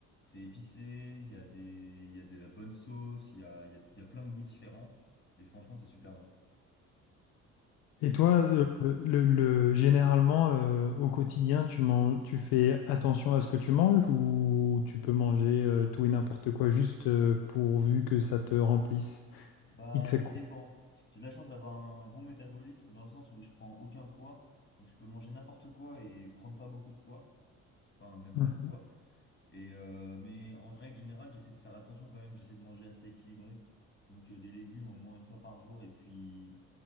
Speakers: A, on the left; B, on the left.
A: c'est épicé, il y a des il y a de la bonne sauce, il y a, il y a, il y a plein de goûts différents et franchement c'est super bon.
B: Et
A: Et
B: toi, euh, le, le- généralement, euh, au quotidien, tu manges, tu fais attention à ce que tu manges ou tu peux manger euh, tout et n'importe quoi juste euh, pourvu que ça te remplisse
A: Bah,
B: X à
A: ça
B: coup.
A: dépend. J'ai de la chance d'avoir un bon métabolisme dans le sens où je prends aucun poids. Donc, je peux manger n'importe quoi et prendre pas beaucoup de poids. Enfin, même
B: Mm.
A: pas de poids. Et, euh, mais en règle générale, j'essaie de faire attention quand même. J'essaie de manger assez équilibré. Donc, euh, des légumes au moins une fois par jour. Et puis,